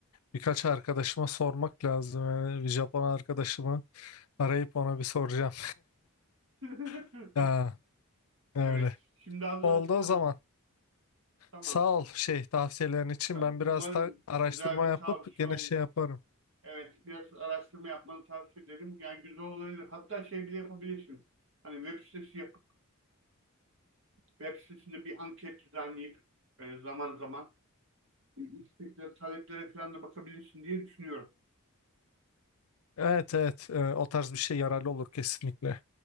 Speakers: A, on the left; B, on the right.
A: Birkaç arkadaşıma sormak lazım. Yani bir Japon arkadaşımı arayıp ona bir soracağım.
B: <laughs>
A: <laughs> Ha, öyle.
B: Evet. Şimdi adını
A: Oldu
B: hatırladım.
A: o zaman.
B: Tamam.
A: Sağ ol şey tavsiyelerin için.
B: Tamam.
A: Ben
B: Umarım
A: biraz da araştırma
B: güzel bir
A: yapıp
B: tavsiye
A: gene
B: olmuş.
A: şey yaparım.
B: Evet. Biraz araştırma yapmanı tavsiye ederim. Yani güzel olabilir. Hatta şey bile yapabilirsin. Hani web sitesi web sitesinde bir anket düzenleyip e, zaman zaman istekler, isteklere, taleplere falan da bakabilirsin diye düşünüyorum.
A: Evet evet e, o tarz bir şey yararlı olur kesinlikle.